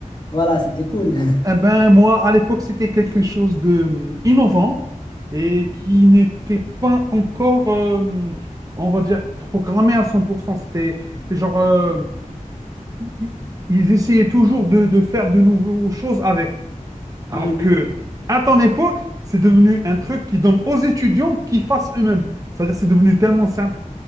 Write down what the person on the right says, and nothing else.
Eh ben, moi, à l'époque, c'était quelque chose de hum, innovant et qui n'était pas encore, euh, on va dire, programmé à cent. pour cent. C'était, c'était genre, euh, i- ils essayaient toujours de, de faire de nouvelles choses avec. Alors
que, à ton époque, c'est devenu un truc qui donne aux étudiants qu'ils fassent eux-mêmes. C'est-à-dire, c'est devenu tellement simple.